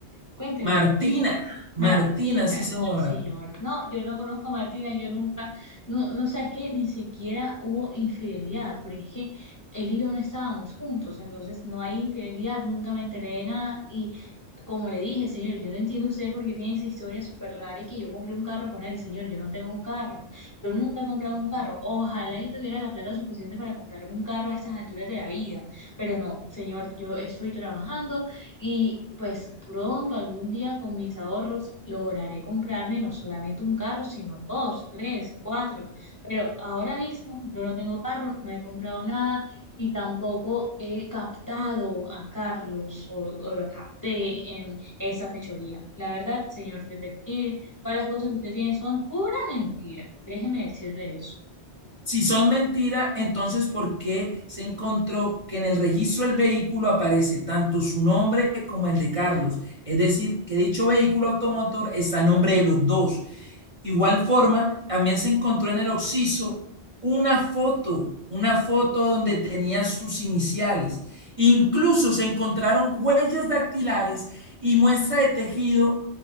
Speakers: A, on the left; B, on the right.
A: Cuénteme
B: Martina,
A: de quién. Martina,
B: Martina, sí,
A: no,
B: señora.
A: señor, no, yo no conozco a Martina, yo nunca, no, no, sabes que ni siquiera hubo infidelidad, porque es que él y yo no estábamos juntos, entonces no hay infidelidad, nunca me enteré de nada, como le dije, señor, yo no entiendo usted por qué tiene esa historia súper rara y que yo compré un carro con él. Señor, yo no tengo carro. Yo nunca he comprado un carro. Ojalá yo tuviera la plata suficiente para comprarme un carro a estas alturas de la vida. Pero no, señor, yo estoy trabajando y pues pronto, algún día con mis ahorros, lograré comprarme no solamente un carro, sino dos, tres, cuatro. Pero ahora mismo yo no tengo carro, no he comprado nada y tampoco he captado a Carlos o, o lo capté en esa fechoría. La verdad, señor detective, todas las cosas que usted tiene son pura mentira. Déjeme decirle eso.
B: Si son mentira, entonces ¿por qué se encontró que en el registro del vehículo aparece tanto su nombre como el de Carlos? Es decir, que dicho vehículo automotor está a nombre de los dos. Igual forma, también se encontró en el occiso una foto, una foto donde tenía sus iniciales. Incluso se encontraron huellas dactilares y muestra de tejido